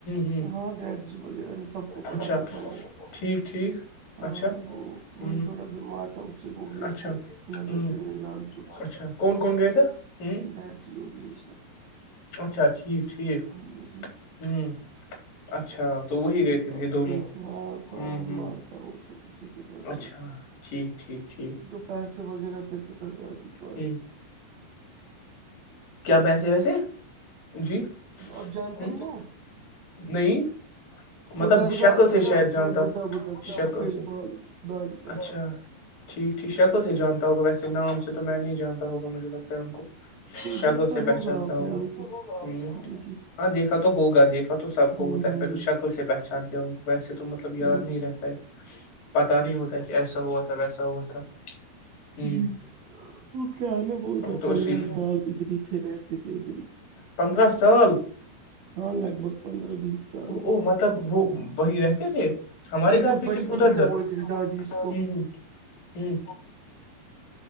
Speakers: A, on the left (about 55°); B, on the right (about 65°).
A: ہ
B: ہاں ڈیڈ جی وغیرہ ان سب کو
A: اچھا
B: پڑھاتا تھا وہ
A: ٹھیک ٹھیک
B: ہاں
A: اچھا
B: وہ وہی
A: ہ
B: تھوڑا بیمار تھا اسی کو گئے
A: اچھا
B: تھے نظر
A: ہ
B: دینے لال چوک سے
A: اچھا کون کون گئے تھے
B: ڈیڈ جی ہو رہی ہے
A: اچھا ٹھیک ٹھیک
B: اور جی
A: ہوں اچھا تو وہی
B: اسی
A: گئے
B: کے
A: تھے
B: پاس
A: یہ دونوں
B: گئے تھے ہاں تھوڑا
A: ہوں
B: بیمار
A: ہ
B: تھا وہ تو اسی کے پاس گئے
A: اچھا
B: تھے۔
A: ٹھیک ٹھیک ٹھیک
B: جو پیسے وغیرہ دی تو تد کو ہے
A: ہ کیا پیسے ویسے جی
B: اب جانتے
A: ہ
B: نہیں ہو اس کو
A: نہیں ہاں
B: وہ
A: مطلب
B: درگاہ
A: شکل
B: آتا
A: سے
B: تھا
A: شاید
B: وہ
A: جانتا
B: تھوڑا بڈھا بڈھا تھا
A: شکل
B: سفید
A: سے
B: بال داڑھی کر
A: اچھا
B: کے
A: ٹھیک ٹھیک شکل
B: ہاں
A: سے
B: جی
A: جانتا ہوگا ویسے نام سے تو میں نہیں جانتا ہوگا مجھے لگتا ہے ان کو کیاگ
B: دیکھا
A: سے پہچانتا
B: آپ
A: ہوگا
B: نے ان کو
A: ہ
B: ہاں جی
A: ہاں دیکھا تو ہوگا دیکھا تو سب کو
B: ہوں
A: ہوتا ہے
B: ہ
A: پھر تو شک کل سے پہچانتے ہیں ان کو ویسے تو مطلب یاد
B: ہاں
A: نہیں
B: جی
A: رہتا ہے پتا نہیں ہوتا کہ ایسا ہوا تھا ویسا ہوا تھا ہ
B: جی وہ کیا ہے نا وہ ادھر
A: تو
B: پندرہ
A: اسی
B: سال ادھر ہی تھے رہتے تھے ادھر ہی
A: پندرہ سال
B: ہاں لگ بھگ پندرہ بیس سال
A: او مطلب وہ وہی رہتے تھے ہمارے
B: مطلب
A: گھر پہ
B: بچپن
A: کہ ادھر ادھر
B: سے وہ ہی، دادی اس کو
A: ہ ہ